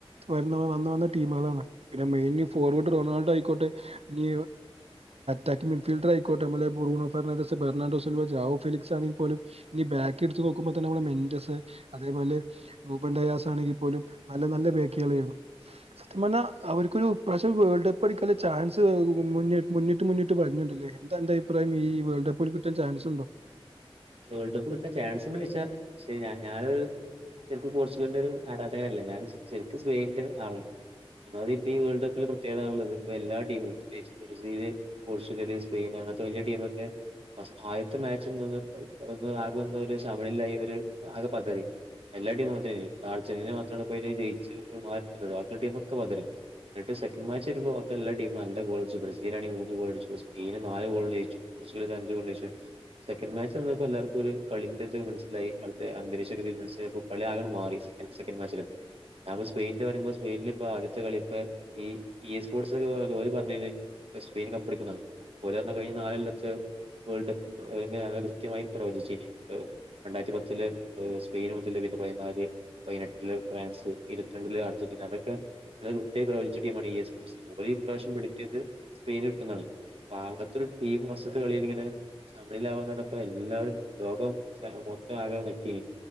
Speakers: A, on the right; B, on the right.
A: വരുന്നവ വന്ന വന്ന ടീമാളാണ് പിന്നെ മെയിൻ ഫോർവെട്ട് റൊണാൾഡോ ആയിക്കോട്ടെ ഇനി തക്മിൻ ഫിൽട്ടർ ആയിക്കോട്ടെ <unintelligible> ഫിലിക്സ് ആണെക്കിൽ പോലും ഇനി ബാക്ക് എടുത്ത് നോക്കുമ്പോ തന്നെ നമ്മളെ മെന്റസ് അതേപോലെ മു <unintelligible> ആണെങ്കിൽ പോലും നല്ല നല്ല ബേക്കിക്കായിരുന്നു സത്യം പറഞ്ഞ അവർക്കൊരുപ്രശം വേൾഡ് കപ്പ് അടിക്ക ചാൻസ് മുന്നിൽ മുന്നിട്ട് മുന്നിട്ട് പറഞ്ഞിണ്ട് എന്താ അന്റെ അഭിപ്രായം ഈ വേൾഡ് കപ്പ് ഓൽക്ക് കിട്ടാൻ ചാൻസ് ഉണ്ടോ
B: വേൾഡ് കപ്പ് കിട്ടാൻ ചാൻസ് ഉണ്ടോ ചോദിച്ച പക്ഷെ ഞ ഞാനൊരു ശരിക്കും പോർച്ചുഗലിന്റെ ഒരു ആരാധകനല്ലെ ഞാനും ശരിക്കും സ്പെയിനിന്റെ ആളാണ് അന്നാത്, ഇപ്പ, ഈ, വേൾഡ്, കപ്പില് പ്ര, യേകതണ, ഉത് ഇപ്പോ, എല്ലാ, ടീമും, പ്രത്യകിച്ച്, ബ്രീൽ, പോർച്ചുഗല് സ്പെയിൻ അങ്ങനത്തെ വലിയ ടീമ ഒക്കെ ആയത്തെ മാച്ച ഒ ആകൊന്ന ഒരു സമിളായി ഒരു ആകെ പന്തറി എല്ലാടീമും മാത്ര നൾെന്നെ മാത്ര പ ജയിച്ച മാറ്റ ബാക്കിയുള്ള ടീമ ക്കെ എന്നിട്ട സെക്കൻഡ് മാച്ച് വരുമ്പോൾ എല്ല ടീമും നാലു ഗോളടിച്ചു ബ്രസീൽണ മൂന്ന് ഗോൾടിച്ചു സെനന് നാ ഗോൾ ജയിച്ചു <unintelligible> എല്ലർക്കും കളി ന്റ ത് മനസിലായി അവിടുത്തെ അന്തരീക്ഷതി കളി ആക മാറി മാ <unintelligible> ഞ സ്പെയിനിന്റെ വരുമ്പോ സ്പെയിനിൽ ഇപ്പ ആദ്യത്തെ കളിപ്പ ഈ ഇ സ്പോർട്സ് ഒ ജോലി പറഞ്ഞന് സ്പെയിൻ കപ്പ് എടുന്നതാണ് പോലെ തന്ന കഴി നാലല്ലത്ത് വേൾഡ് കല്ല കൃത്യമായി പ്രവചി് രണ്ടായിരത്തി പത്തിൽ സ്പെയിൻ മുതൽന്റെ പതിനാല് പതിനെട്ടില് ഫ്രാൻസ് ഇരുപത്തി രണ്ടില് അർജന്റീന ഇതൊക്കെ അത് ഒട്ടായി പ്രവചിച്ച ടീമാണ് ഇ എ സ്പോർട്സ് ഓലി ഇപ്രാവശ്യം പിടിച്ചിയത് സ്പെയിനിൽ കട്ടുന്നതാണ്. ഭാഗത്തരു ടീം വസ്ത്ത് കളിൽ ഇങ്ങനെ സമിളിലാവാ ഇപ്പൊ എല്ലാരും ലോകം മൊത്തം ആകെ നെട്ടീന്